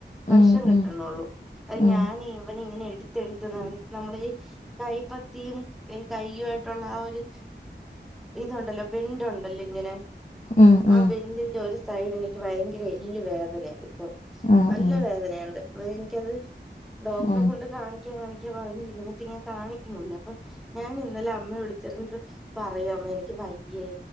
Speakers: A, on the left (about 45°); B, in the centre.
A: ഉം
B: വഷം കിട്ടണള്ളൂ.
A: ഉം
B: അത്
A: ഉം
B: ഞാൻ ഇവന ഇങ്ങനെ എടുത്ത്ടുത്ത് നടന്നിട്ട് നമ്മള ഈ. കൈപ്പത്തിയും കയ്യു ട്ടുള്ള ആ ഒരു ഇതുണ്ടല്ലോ ബെൻ്റുണ്ടല്ലോ ഇങ്ങനെ.
A: ഉം
B: ആ
A: ഉം
B: ബെൻ്റ്ന്റെ ഒരു സൈഡ് എനിക്ക് ഭയങ്കര എല്ല് വേദനയ ഇപ്പൊ.
A: ഉം
B: നല്ല
A: ഉം
B: വേദനയുണ്ട് എനിക്കത് ഡോക്ടറെ
A: ഉം
B: കൊണ്ട് കാണിക്ക കാണിക്കാ പറഞ്ഞിരുന്നിട്ട് ഞാൻ കാണിക്കണൂല്ല അപ്പൊ ഞാൻ ഇന്നലെ അമ്മയ വിളിച്ചിരിന്നിട്ട്. പറയ് അമ്മേ എനിക്ക് വയ്യേ